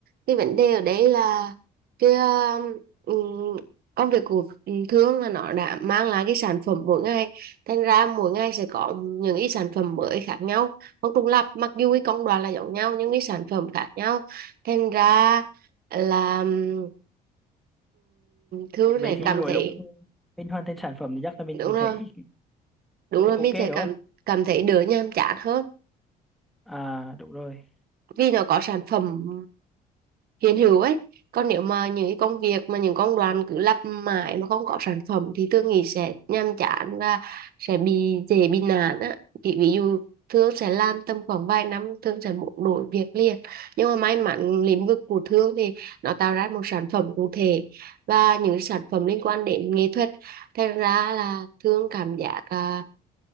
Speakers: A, on the right (about 65°); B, in the centre.
A: cái vấn đề ở đấy là cái um, công việc của thương là nó đã mang lại cái sản phẩm mỗi ngày thành ra mỗi ngày sẽ có những cái sản phẩm mới khác nhau không trùng lặp mặc dù cái công đoạn là giống nhau nhưng cái sản phẩm khác nhau thành ra là um, Thương
B: vậy
A: sẽ
B: thì
A: cảm
B: mỗi
A: thấy
B: lúc mình hoàn thành sản phẩm thì chắc là mình
A: đúng
B: cũng
A: rồi
B: thấy
A: đúng
B: thấy
A: rồi
B: ok
A: mình
B: đúng
A: sẽ cảm
B: không
A: cảm thấy đỡ nhàm chán hơn
B: à đúng rồi
A: vì nó có sản phẩm hiện hữu ấy còn nếu mà những cái công việc mà những công đoạn cứ lặp mãi mà không có sản phẩm thì tôi nghĩ sẽ nhàm chán và sẽ bị dễ bị nản á thì ví dụ Thương sẽ làm tầm khoảng vài năm Thương sẽ muốn đổi việc liền nhưng mà may mắn lĩnh vực của Thương thì nó tạo ra một sản phẩm cụ thể và những sản phẩm liên quan đến nghệ thuật thành ra là Thương cảm giác uh,